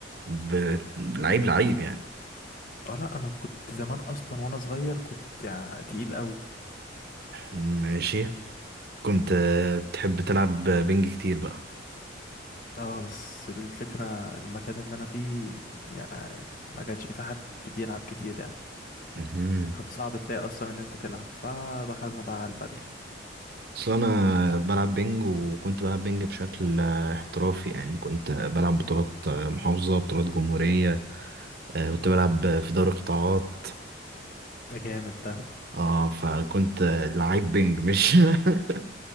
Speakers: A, on the right; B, on the left.
A: ب... لعيب لعيب يعني
B: اه لا أنا كنت زمان أصلا وأنا صغير كنت يعني تقيل أوي
A: ماشي كنت آه، بتحب تلعب بينج كتير بقى
B: اه بس الفكرة المكان اللي أنا فيه يعني ما كانش في حد بيلعب كتير يعني
A: مهم.
B: كان صعب تلاقي أصلا إن أنت تلعب فدخلنا بقى على البدل
A: اصل انا بلعب بينج وكنت بلعب بينج بشكل آه، احترافي يعني كنت آه، بلعب بطولات آه، محافظة بطولات جمهورية آه، كنت بلعب آه، في دوري قطاعات
B: ده جامد ده
A: اه فكنت آه، لعيب بينج مش <laughs>